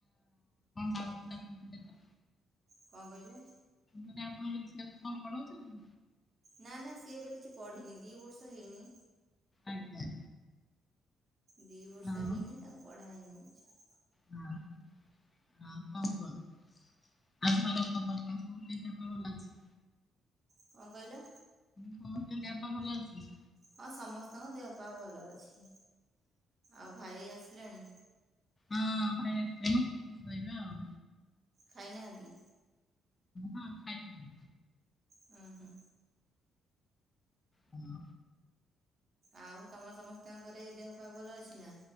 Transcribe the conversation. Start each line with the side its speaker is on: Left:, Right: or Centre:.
Left: କାମ ଥିଲା <unintelligible>
Right: କଣ କହିଲେ?
Left: ପୁଣି ଆପଣଙ୍କ ମିସେସ କଣ ପଢଉଛନ୍ତି।
Right: ନା ନା ସିଏ ଏବେ କିଛି ପଢିନି, ଦି ବର୍ଷ ହେଇନି।
Left: ଆଜ୍ଞା
Right: ଦି ବର୍ଷ
Left: ହଁ
Right: ହେଇନି ତାଙ୍କୁ ପଢା ହେଇଯାଇଛି।
Left: ହଁ ହଁ କ କ ଆଉ କଣ ଖବର କହ <unintelligible>
Right: କଣ କହିଲ?
Left: ସମସ୍ତଙ୍କ ଦେହ ପା ଭଲ ଅଛି?
Right: ହଁ ସମସ୍ତଙ୍କ ଦେହପା ଭଲ ଅଛି। ଆଉ ଭାଇ ଆସିଲାଣି?
Left: ହଁ ଭାଇ ଆସିଲେନି ଖାଇକି ଶୋଇବେ ଆଉ
Right: ଖାଇନାହାନ୍ତି?
Left: ହଁ। ଖାଇଥିଲି
Right: ହଁ ହଁ।
Left: ହୁଁ
Right: ଆଉ ତମ ସମସ୍ତଙ୍କ ଘରେ ଦେହ ପାହା ଭଲ ଅଛି ନା?